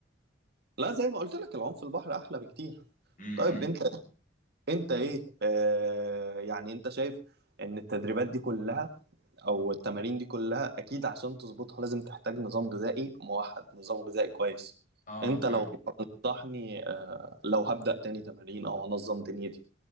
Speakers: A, on the right; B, on the left.
A: لا زي ما قلت لك العوم في البحر أحلى بكتير
B: امم
A: طيب
B: امم.
A: أنت أنت إيه آه... يعني أنت شايف إن التدريبات دي كلها أو التمارين دي كلها أكيد عشان تظبطها لازم تحتاج نظام غذائي موحد نظام غذائي كويس
B: اه
A: أنت
B: فعلا
A: لو هتنصحني آه... لو هبدأ تاني تمارين أو أنظم دنيتي